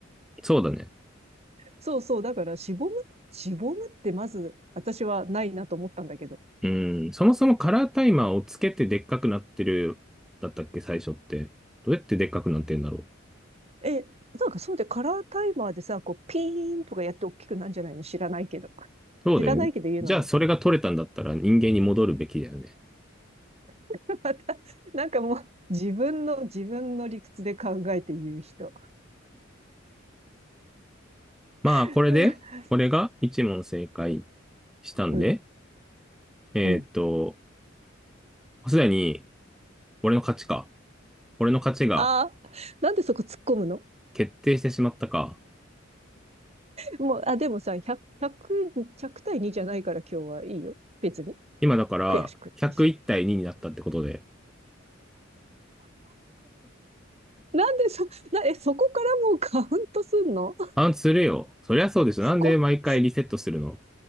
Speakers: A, in the centre; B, on the right (about 35°).
A: そうだね。
B: そうそう、だからしぼむ、しぼむってまず私はないなと思ったんだけど。
A: うん。そもそもカラータイマーをつけてでっかくなってる、だったっけ、最初って。どうやってでっかくなってんだろう。
B: え、なんかそうでカラータイマーでさ、こうピーンとかやって大きくなんじゃないの知らないけど。
A: そうだよね。
B: 知らないけど言うのね。
A: じゃあ、それが取れたんだったら人間に戻るべきだよね。
B: <laughs> また、なんかもう自分の、自分の理屈で考えて言う人。
A: まあ、
B: <laughs>
A: これで、俺が一問正解したんで、
B: うん、
A: えーっと、
B: うん。
A: すでに、俺の勝ちか。俺の勝ちが
B: ああ、なんでそこ突っ込むの
A: 決定してしまったか。
B: もう、あ、でもさ、100、1 0対2じゃないから今日はいいよ。別に。
A: 今だから、
B: 悔しくないし。
A: 101対2になったってことで。
B: なんでそ、な、え、そこからもうカウントすんの
A: あ、するよ。そりゃそうでしょ。
B: <laughs>
A: なんで毎回リセットするの
B: こう、